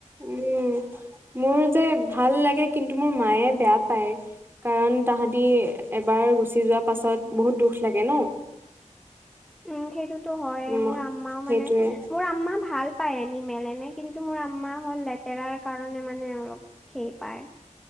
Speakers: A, on the right; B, in the centre.
A: উম, মোৰ যে ভাল লাগে, কিন্তু মোৰ মায়ে বেয়া পায় কাৰণ তাহাঁতি এবাৰ গুচি যোৱাৰ পাছত বহুত দুখ লাগে ন।
B: উম সেইটোতো হয়ে,
A: উম
B: মোৰ আম্মাও
A: সেইটোয়ে
B: মানে, মোৰ আম্মা ভাল পাই আনিমেল এনে, কিন্তু মোৰ আম্মা হ'ল লেতেৰাৰ কাৰণে মানে অলপ সেই পায়,